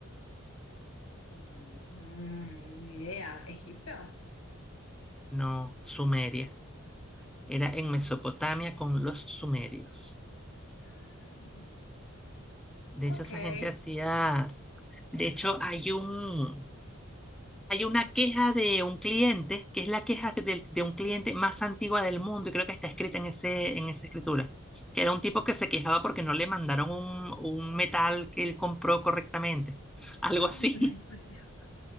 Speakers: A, on the left (about 75°); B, in the centre.
A: Mm, mm, ni idea. ¿Egipto?
B: No, Sumeria. Era en
A: Ay.
B: Mesopotamia con los sumerios.
A: Ah,
B: De
A: ok.
B: hecho, esa
A: <laughs> Ay,
B: gente hacía... De hecho, hay un... Hay una queja de un cliente, que es la queja del- de, un cliente más antigua del mundo, y creo que está escrita en ese, en esa escritura, que era un tipo que se quejaba porque no le mandaron un, un metal que él compró correctamente. Algo así.
A: me acuerdo.
B: <laughs>